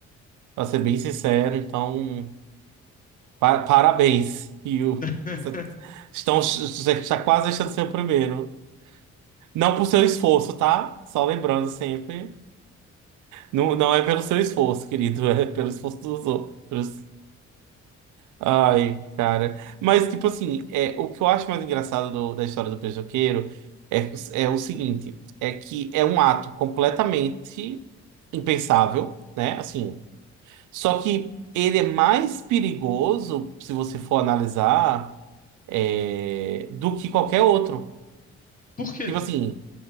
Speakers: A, on the right (about 80°); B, on the left (about 25°).
A: Pra ser bem sincero, então, pa- parabéns, Rio.
B: <laughs>
A: Você estão, você está quase deixando de ser o primeiro. Não por seu esforço, tá? Só lembrando sempre. Não, não é pelo seu esforço, querido, <laughs> é pelo esforço dos outros. Ai, cara. Mas, tipo assim, é, o que eu acho mais engraçado do- da história do beijoqueiro é, é o seguinte: é que é um ato completamente impensável, né? Assim, só que ele é mais perigoso, se você for analisar, é, do que qualquer outro.
B: Por quê?
A: Tipo assim.